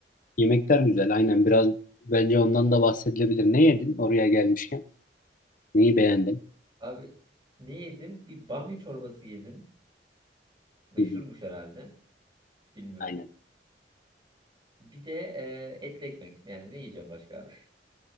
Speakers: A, on the left; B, on the right.
A: yemekler güzel. Aynen biraz bence ondan da bahsedilebilir. Ne yedin oraya gelmişken? Neyi beğendin?
B: Abi ne yedim? Bir bamya çorbası yedim. Meşhurmuş
A: Hı hı,
B: herhalde. Bilmiyorum.
A: Aynen.
B: Bir de e, etli ekmek. Yani ne yiyeceğim başka abi? <laughs>